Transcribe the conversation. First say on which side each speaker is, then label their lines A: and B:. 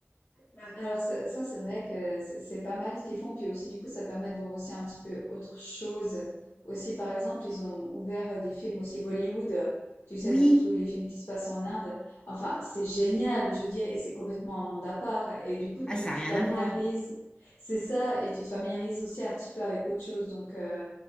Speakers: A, on the left (about 75°); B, on the left (about 20°).
A: Ouais, Alors ça, ça, c'est vrai que c'est c'est pas mal ce qu'ils font, puis aussi du coup ça permet de voir aussi un petit peu autre chose. Aussi par exemple ils ont ouvert euh, des films aussi Bollywood, euh, tu sais
B: Oui
A: donc tous les films qui se passent en Inde. Enfin c'est génial, je veux dire, et c'est complètement un monde à part. Et du coup
B: Ah,
A: tu
B: ça n'a
A: te
B: rien
A: familiarises,
B: à voir.
A: c'est ça, et tu te familiarises aussi un petit peu avec autre chose. Donc euh,